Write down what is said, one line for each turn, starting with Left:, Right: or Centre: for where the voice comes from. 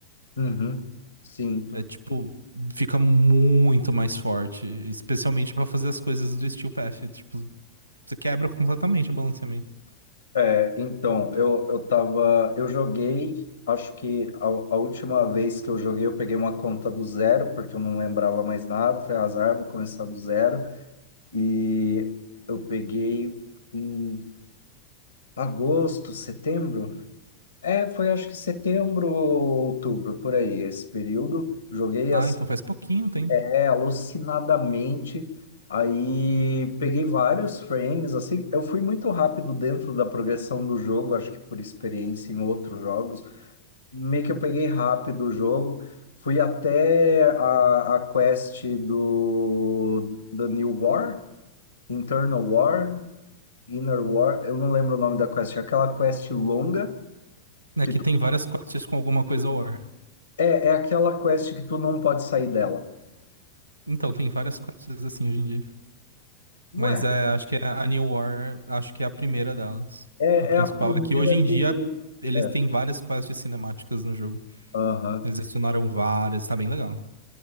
Left: Uhum, sim.
Right: É tipo, fica muito mais forte, especialmente pra fazer as coisas do Steel Path. Tipo, Você quebra completamente o balanceamento.
Left: É, então, eu, eu tava, eu joguei, acho que a, a última vez que eu joguei eu peguei uma conta do zero, porque eu não lembrava mais nada, foi azar, vou começar do zero, e eu peguei em agosto, setembro, é, foi acho que setembro ou outubro, por aí, esse período, joguei
Right: Ah,
Left: assim
Right: então faz pouquinho tempo.
Left: é, alucinadamente. Aí peguei vários frames, assim, eu fui muito rápido dentro da progressão do jogo, acho que por experiência em outros jogos. Meio que eu peguei rápido o jogo, fui até a, a quest do The New War, Internal War, Inner War, eu não lembro o nome da quest, é aquela quest longa
Right: É
Left: que
Right: que
Left: tu,
Right: tem várias quests com alguma coisa War.
Left: é, é aquela quest que tu não pode sair dela.
Right: Então, tem várias quests assim hoje em dia.
Left: Ué,
Right: Mas é, acho que é a New War, acho que é a primeira delas.
Left: é,
Right: A principal
Left: é a primeira
Right: é que hoje em
Left: que.
Right: dia eles
Left: é,
Right: têm várias quests cinemáticas no jogo.
Left: Aham.
Right: Eles adicionaram várias, tá bem legal.